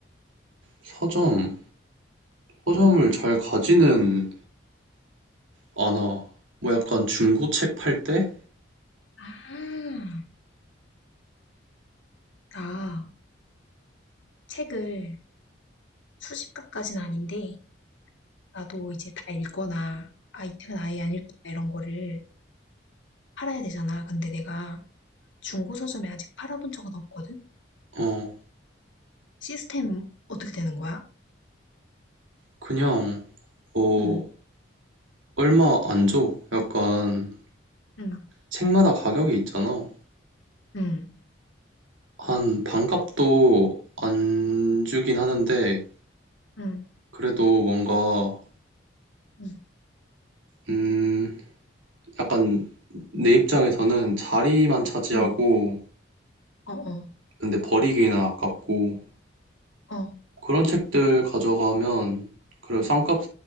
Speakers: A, on the right; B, on the left.
A: 서점, 서점을 잘 가지는 아, 나, 뭐 약간 중고 책 팔 때?
B: 아, 나 책을 수집가까진 아닌데, 나도 이제 다 읽거나, 아, 이 책은 아예 안 읽겠다 이런 거를 팔아야 되잖아. 근데 내가 중고 서점에 아직 팔아본 적은 없거든?
A: 어,
B: 시스템 어떻게 되는 거야?
A: 그냥, 뭐,
B: 응,
A: 얼마 안 줘. 약간,
B: 응,
A: 책마다 가격이 있잖아.
B: 응,
A: 한, 반값도 안 주긴 하는데,
B: 응,
A: 그래도 뭔가,
B: 응,
A: 음, 약간, 내 입장에서는 자리만 차지하고,
B: 응, 어, 어,
A: 근데 버리기는 아깝고,
B: 어.
A: 그런 책들 가져가면, 그래 싼값,